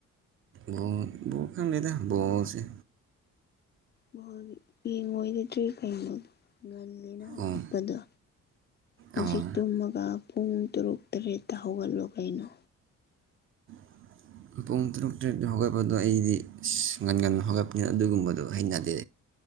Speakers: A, on the right; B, on the left.
A: ꯕ‌ꯣꯜ ꯕ‌ꯣ ꯈꯪꯗ‌ꯦꯗ ꯕ‌ꯣꯜꯁ‌ꯦ
B: ‌ꯕ‌ꯣꯜ ꯌꯦꯡꯉꯣꯏꯗꯤꯗ꯭ꯔꯤ ꯀꯩꯅꯣ ꯉꯜꯂꯤꯅ ꯍꯧꯒꯠꯄꯗꯣ
A: ꯑꯣ
B: ꯍꯧꯖꯤꯛ
A: ꯑꯣ
B: ꯇꯨꯝꯃꯒ ꯄꯨꯡ ꯇꯔꯨꯛ ꯇꯔꯦꯠꯇ ꯍꯧꯒꯠꯂꯣ ꯀꯩꯅꯣ
A: <inaudible> ꯄꯨꯡ ꯇꯔꯨꯛ ꯇꯔꯦꯠꯇ ꯍꯧꯒꯠꯄꯗꯣ ꯑꯩꯗꯤ ꯑꯁ ꯉꯟꯉꯟ ꯍꯧꯒꯠꯄꯅꯤ ꯑꯗꯨꯒꯨꯝꯕꯗꯣ ꯍꯩꯅꯗꯦ